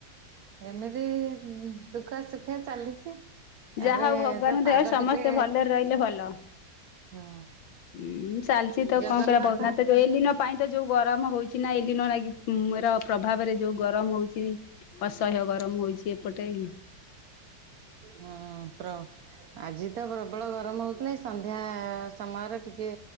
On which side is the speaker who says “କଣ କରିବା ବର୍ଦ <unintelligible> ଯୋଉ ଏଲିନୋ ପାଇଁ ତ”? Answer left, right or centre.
Left